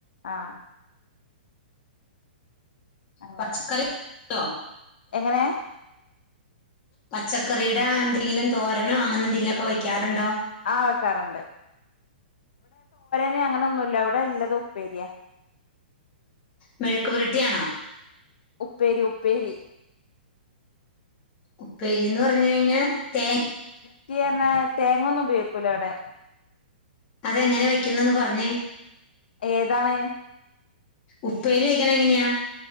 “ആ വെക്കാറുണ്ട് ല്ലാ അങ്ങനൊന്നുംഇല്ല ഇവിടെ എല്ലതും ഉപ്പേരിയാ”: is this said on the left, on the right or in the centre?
Left